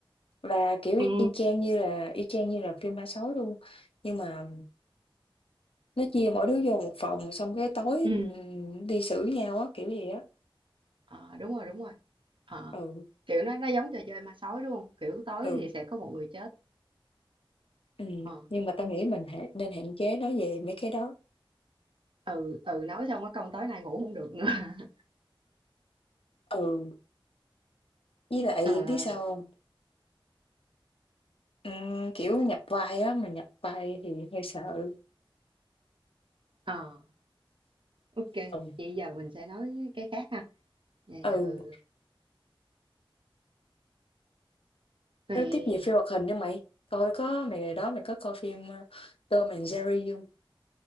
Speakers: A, on the left; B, on the right.
A: và, kiểu, y
B: Ừ,
A: y chang như là y chang như là phim ma sói luôn. Nhưng mà nó chia mỗi đứa vô một phòng, xong cái tối,
B: Ừ.
A: ừm, đi xử nhau á, kiểu gì á.
B: ờ, đúng rồi, đúng rồi. Ờ,
A: Ừ,
B: kiểu nó nó giống trò chơi ma sói đúng không? Kiểu tối
A: ừ,
B: thì sẽ có một người chết.
A: ừm,
B: Ờ,
A: nhưng mà tao nghĩ mình hạn nên hạn chế nói về mấy cái đó.
B: ừ, ừ nói xong cái câu tối nay ngủ không được nữa. <laughs>
A: Ừ, với lại
B: Ờ,
A: biết sao hông? Ừm, kiểu, nhập vai á, mà nhập vai thì hơi sợ.
B: ờ, ok.
A: Ừ,
B: Vậy giờ mình sẽ nói cái khác ha. Vậy
A: ừ,
B: giờ thì
A: nói tiếp về phim hoạt hình đi mày, coi có mày hồi đó mày có coi phim, ơ, Tom and Jerry hông?